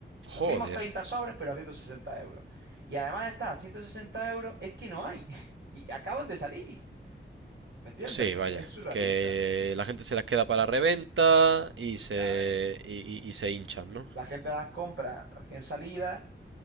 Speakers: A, on the right (about 80°); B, on the right (about 65°).
A: Joder.
B: Los mismos 30 sobres, pero a 160 euros. Y además de estar a 160 euros, es que no hay. <laughs> Y acaban de salir. ¿Me entiendes?
A: Sí,
B: Que,
A: vaya.
B: que es surrealista.
A: Que la gente se las queda para reventa y se...
B: Ya ves.
A: y, y- y se hinchan, ¿no?
B: La gente las compra recién salidas